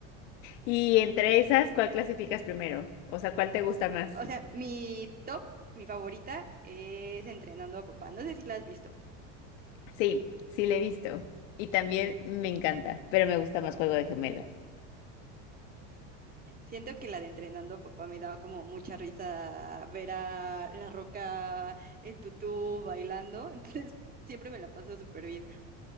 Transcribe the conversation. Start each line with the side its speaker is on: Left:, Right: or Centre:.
Left: Y entre esas, ¿cuál clasificas primero? O sea, ¿cuál te gusta más?
Right: O sea, mi top, mi favorita es Entrenando a Papá, no sé si la has visto.
Left: Sí, sí la he visto. Y también me encanta, pero me gusta más Juego de Gemelas.
Right: Siento que la de entrenando a papá me daba como mucha risa ver a La Roca en tutú bailando, <laughs> entonces siempre me la paso súper bien.